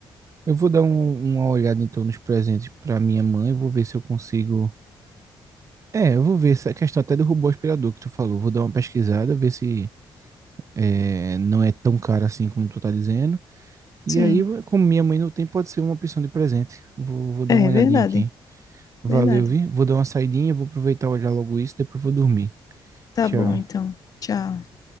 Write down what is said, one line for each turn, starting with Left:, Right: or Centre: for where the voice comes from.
Right: Eu vou dar um- uma olhada então nos presentes para minha mãe, vou ver se eu consigo. É, eu vou ver essa questão até do robô aspirador que tu falou. Vou dar uma pesquisada, ver se é, não é tão caro assim como tu tá dizendo. E
Left: Sim.
Right: aí, como minha mãe não tem, pode ser uma opção de presente. Vou, vou dar
Left: É
Right: uma olhadinha
Left: verdade.
Right: aqui. Valeu,
Left: Verdade.
Right: vi? Vou dar uma saidinha, vou aproveitar e olhar logo isso, depois vou dormir.
Left: Tá
Right: Tchau.
Left: bom, então. Tchau.